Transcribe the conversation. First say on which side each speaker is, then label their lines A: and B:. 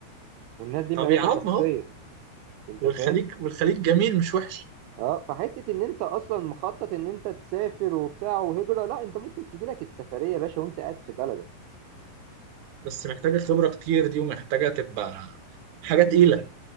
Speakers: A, on the right; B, on the right.
A: والناس دي
B: طب
A: معرفة
B: يا عم
A: شخصية
B: اهو
A: انت
B: والخليج
A: فاهم
B: والخليج جميل مش وحش
A: اه فحته ان انت اصلا مخطط ان انت تسافر وبتاع وهجره لا انت ممكن تجي لك السفريه يا باشا وانت قاعد في بلدك
B: بس محتاجه خبره كتير دي ومحتاجه تبقى حاجه تقيله